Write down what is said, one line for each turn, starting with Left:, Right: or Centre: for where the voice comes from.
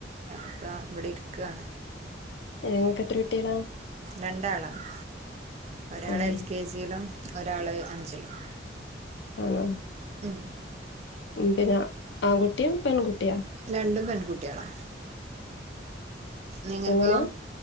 Right: ഇപ്പോ ഇവിടെ ഇരിക്കുകയാണ്
Left: നിങ്ങൾക്ക് എത്ര കുട്ടികളാ
Right: രണ്ടാളാണ് ഒരാള്
Left: ആഹ്
Right: എൽ കെ ജിയിലും ഒരാള് അഞ്ചിലും
Left: ആഹ്
Right: ഉം
Left: പിന്നെ ആൺകുട്ടിയാ പെൺകുട്ടിയാ
Right: രണ്ടും പെൺകുട്ടികളാ നിങ്ങക്കോ
Left: എങ്ങനെ